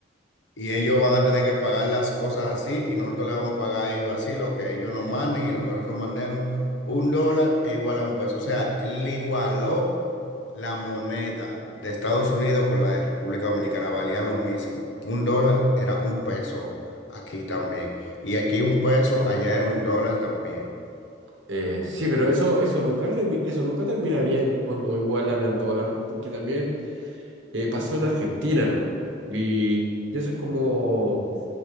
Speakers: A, on the left; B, on the right.
A: y ellos van a tener que pagar las cosas así y nosotros le vamos a pagar a ellos así, lo que ellos nos manden y lo que nosotros mandemos, un dólar es igual a un peso. O sea, él igualó la moneda de Estados Unidos con la de República Dominicana, valían lo mismo. Un dólar era un peso aquí también. Y aquí un peso, allá era un dólar también.
B: Eh, sí, pero eso, eso nunca termi- eso nunca termina bien cuando igualan el dólar, porque también eh, pasó en Argentina. Y, y eso es como,